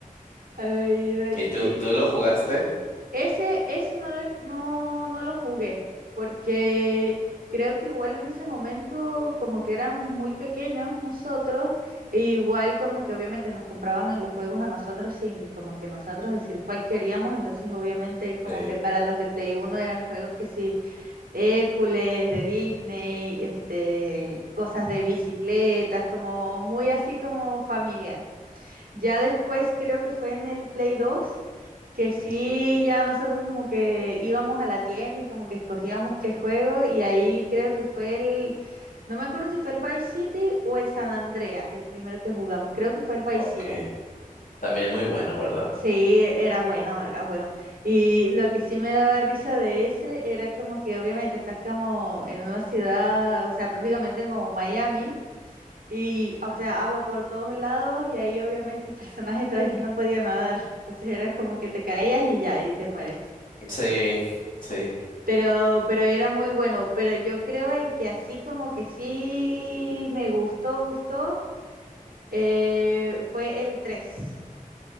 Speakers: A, on the right; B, on the left.
A: Ay, no,
B: ¿Y tú,
A: ye-
B: tú lo jugaste?
A: Ese, ese no, lo- no, no lo jugué, porque creo que igual en ese momento, como que éramos muy pequeños nosotros, e igual como que obviamente nos compraban en los juegos a nosotros sin como que nosotros decir cuál queríamos, entonces obviamente como
B: Sí.
A: que para los de Play uno eran juegos que sí, Hércules, de Disney, este, cosas de bicicletas, como muy así como familiar. Ya después creo que fue en el Play 2 que sí, ya nosotros como que íbamos a la tienda y como que escogíamos qué juego y ahí creo que fue el, no me acuerdo si fue el Vice City o el San Andreas, el primero que jugamos, creo que fue el Vice
B: Okay,
A: City.
B: también muy bueno, ¿verdad?
A: Sí, era bueno, era bueno. Y lo que sí me daba risa de ese era como que obviamente estás como en una ciudad, o sea, prácticamente como Miami. Y, o sea, agua por todos lados y ahí obviamente el personaje <laughs> todavía no podía nadar. Entonces era como que te caías y ya, y te mueres.
B: Sí, sí,
A: Pero, pero era muy bueno. Pero yo creo el que así como que sí me gustó, gustó, eh, fue el tres